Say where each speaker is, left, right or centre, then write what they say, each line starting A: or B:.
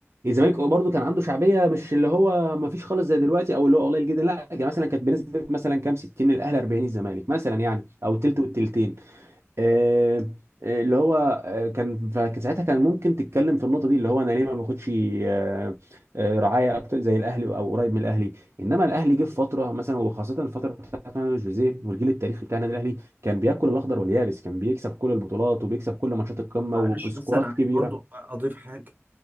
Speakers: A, on the right; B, on the right.
A: الزمالك برضه كان عنده شعبيه مش اللي هو ما فيش خالص زي دلوقتي او اللي هو قليل جدا لا يعني مثلا كانت بنسبه مثلا كام 60 الاهلي 40 الزمالك مثلا يعني او تلت والتلتين آه، آه، اللي هو آه، كان فساعتها كان ممكن تتكلم في النقطه دي اللي هو انا ليه ما باخدش آه، آه، رعايه اكتر زي الاهلي او قريب من الاهلي انما الاهلي جه في فتره مثلا وخاصه الفتره بتاعت مان جوزيه والجيل التاريخي بتاع النادي الاهلي كان بياكل الاخضر واليابس كان بيكسب كل البطولات وبيكسب كل ماتشات القمه
B: معلش
A: وبسكورات
B: بس انا
A: كبيره
B: عايز برضو اضيف حاجة